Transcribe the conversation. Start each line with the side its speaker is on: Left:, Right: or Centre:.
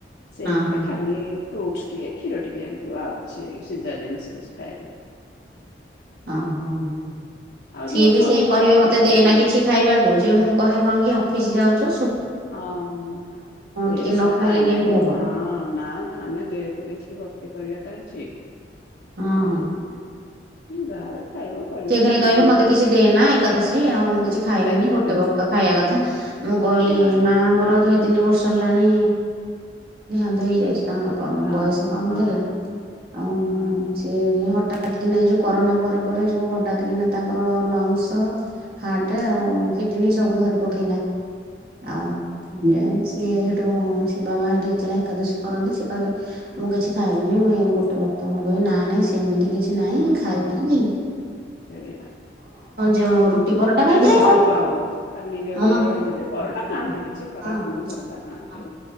Left: ସେଇଥିରେ
Right: ହଁ ହଁ।
Left: ଖାଲି ଫ୍ରୁଟସ ଟିକେ କ୍ଷୀର ଟିକେ ଆଉ ପିଉ ସେଇ ସିଝା ଜିନିଷ କିଛି ଖାଏନି।
Right: ଅଁ ହୋ।
Left: ଆଉ
Right: ସିଏ
Left: ଯୋଉ
Right: ବି
Left: ଷଡ
Right: ସେ
Left: ଜୟନ୍ତୀ
Right: କହିବେ ମୋତେ
Left: ଯୋଉ
Right: ଦେନା କିଛି। ଖାଇବାକୁ ଯେ ମୁଁ କହେ କଣ କି ଅଫିସ୍ ଯାଉଚ
Left: ଅଁ ହଁ ସେଇଆ
Right: ଟିକେ
Left: ସେୟା
Right: ନ ଖାଇଲେ
Left: ନାଇଁ
Right: କେମିତି
Left: ନାଇଁ
Right: ହବ
Left: ହଁ ନାଁ ନାଁ ଆମେ ଦେହକୁ ଦେଖି ଭକ୍ତି କରିବାଟା ହିଁ ଠିଁକି
Right: ହଁ
Left: ଆଉଁ
Right: ହଁ।
Left: ମୁଁ ଯାଏଁ ଖାଇବ। କରିବ
Right: ସେ ଖାଲି
Left: କିଛି
Right: କହିବେ
Left: ମନ
Right: ମୋତେ କିଛି ଦେ ନାଁ ଏକାଦଶୀ ଆଉ ମୁଁ କିଛି ଖାଇବିନି
Left: କରୁନି।
Right: ଗୋଟେ ବକ୍ତ ଖାଇଆ କଥା। ମୁଁ କହିଲି
Left: ନାଇଁ
Right: ମା ମୋର ଦୁଇ ତିନି ବର୍ଷ ହେଲାଣି ଦେହାନ୍ତ ହେଇଯାଇଚି ତାଙ୍କର କମ
Left: ଅହ
Right: ବୟସ କମ
Left: ହଁ
Right: ଥିଲା
Left: ହଁ।
Right: ଆଉଁ
Left: ହଁ
Right: ସିଏ ବି ହଟାତ୍ ହଠାତ୍ କିନା ଏଇ ଯୋଉଁ କରୋନା ପରେ ପରେ ଯୋଉଁ ହଠାତ କିନା ତାଙ୍କର ଲଙ୍ଗସ ହାଟେ ଆଉ
Left: ହଁ
Right: କିଡନୀ
Left: ହୁଁ।
Right: ସବୁ ଧରି ପକେଇଲା ଆଉ ଲେଏନ୍ସ ସିଏ ହେଠୁଁ ସେ ବାବା ହେଠି ଏକଲା ଏକାଦଶୀ କରନ୍ତି ସେ ପା ଗା ମୁଁ କିଛି ଖାଇବିନି ମୁଁ ଗୋଟେ ବକ୍ତ ମୁଁ କହିବି ନାଇଁ ନାଇଁ ସେମିତି କିଛି ନାଇଁ
Left: ହଁ
Right: ଖାଇବିନି
Left: ସେଇଆ
Right: ଯୋଉ
Left: ଉଁ
Right: ରୁଟି
Left: ନାଇଁ
Right: ପରଟା କାହିଁ
Left: ନାଇଁ
Right: ଖାଇବ
Left: ଅଧିକ ହବ ଖାଲି ଯଦି
Right: ହଁ
Left: ରହିଯିବେ। ପରଟା
Right: ହଁ
Left: ଖାଆନ୍ତି କିଛି ଖରାପ ନୁହେଁ ପରଟା ଖାଆନ୍ତି।
Right: ହଁ